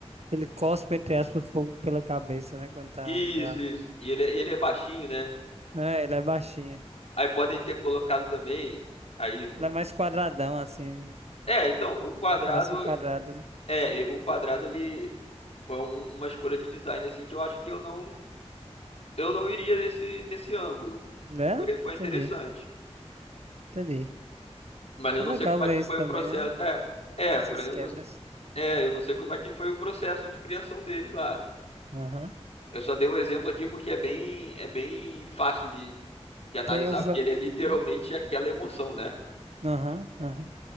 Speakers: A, on the right (about 65°); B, on the left (about 65°).
A: ele cospe, entre aspas, fogo pela cabeça, né? Quando tá
B: isso,
A: bravo.
B: isso. E ele, é- ele é baixinho, né?
A: É, ele é baixinho.
B: Aí podem ter colocado também, aí no...
A: Ele é mais quadradão, assim.
B: É, então, o quadrado
A: Ele Parece um quadrado, né?
B: É, e o quadrado ele foi um- uma escolha de design assim que eu acho que eu não eu não iria nesse nesse ângulo.
A: Né?
B: Porém foi
A: Entendi,
B: interessante,
A: entendi.
B: mas eu
A: É
B: não
A: legal
B: sei como
A: ver
B: é que
A: isso
B: foi
A: também,
B: o processo.
A: né?
B: É, é,
A: Essas
B: porém eu
A: quebras.
B: não, é, eu não sei como é que foi o processo de criação deles lá.
A: Aham.
B: Eu só dei um exemplo aqui porque é bem é bem fácil de, de analisar
A: Tem o... ve-
B: porque ele é literalmente
A: o-
B: aquela emoção, né?
A: Aham, aham.